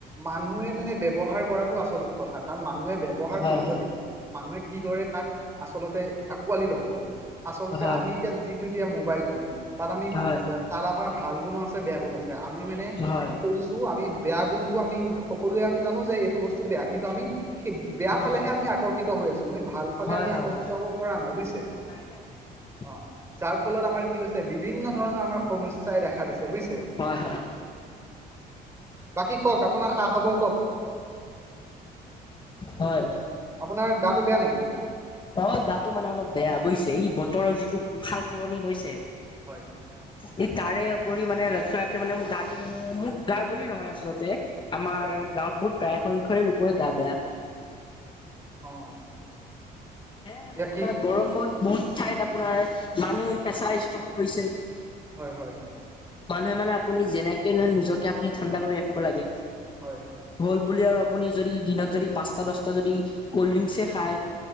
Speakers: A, on the right; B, on the left.
A: মানুহে মানে ব্যৱহাৰ কৰাত আচল কথা কাৰণ মানুহে ব্যয়ৱহাৰ
B: হয়
A: পদ্ধতিটো মানুহে কিদৰে তাক আচলতে আকোৱালি লব আচলতে
B: হয়
A: আমি এতিয়া যিটো এতিয়া মোবাইল ফোন তাত আমি
B: হয়
A: তাৰ আমাৰ ভাল গুণো আছে বেয়া গুণ আছে আমি মানে
B: হয়
A: কিন্তু আমি বেয়া গুণটো আমি সকলোৱে আমি জানো যে এইটো বস্তু বেয়া কিন্তু আমি বেয়া
B: হয়
A: ফালেহে আমি আকৰ্ষিত হৈ আছো আমি ভাল ফালে
B: হয়
A: আমি
B: হয়।
A: আকৰ্ষিত হব পৰা নাই বুজিছে
B: নাই নাই নাই নাই
A: অ যাৰ ফলত আমাৰ কি হৈছে বিভিন্ন ধৰণৰ আমাৰ সমস্যাই দেখা দিছে বুজিছে
B: হয় হয়
A: বাকী কওক আপোনাৰ খা খবৰ কওক
B: হয়
A: আপোনাৰ গাটো বেয়া নেকি
B: অ গাতো মানে অলপ বেয়া বুজিছে ই বতৰৰ যিটো সাল সলনি হৈছে
A: হয়
B: ই তাৰে উপৰি মানে লক্ষ্য ৰাখে মানে মোৰ গাটো মোক গা বুলিয়ে নহয় আচলতে আমাৰ
A: হয়
B: গাঁৱত বহুত প্ৰায় সংখ্য লোকৰে গা বেয়া
A: অ
B: সেয়াই
A: এতিয়া
B: মানে আপোনাৰ
A: কি কি
B: গৰমত বহুত ঠাইত আপোনাৰ মানুহ প্ৰেচাৰ ষ্টক পৰিছে
A: হয় হয়
B: মানুহে মানে আপুনি যেনেকে নহয় নিজকে আপুনি ঠাণ্ডা কৰি ৰাখিব লাগে
A: হয়
B: হ'ল বুলি আৰু আপুনি যদি দিনত যদি পাঁচটা দহটা যদি কল্ড ড্ৰিংচে খায়